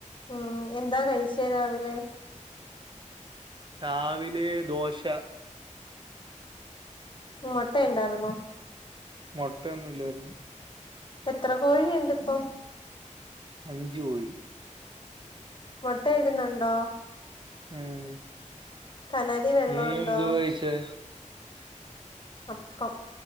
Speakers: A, on the left; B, on the right.
A: ഉം എന്താ കഴിച്ചേ രാവിലെ?
B: രാവിലെ ദോശ.
A: ഉ മുട്ട ഉണ്ടായിരുന്നോ
B: മുട്ട യെന്നും ഇല്ലായിരുന്നു
A: എത്ര കോഴി യുണ്ട്പ്പം
B: അഞ്ച് കോഴി
A: മുട്ടയിടുന്നുണ്ടോ
B: ഉം
A: കനലി വെള്ളമുണ്ടോ
B: നീ എന്തുവാകയിച്ചേ
A: അപ്പം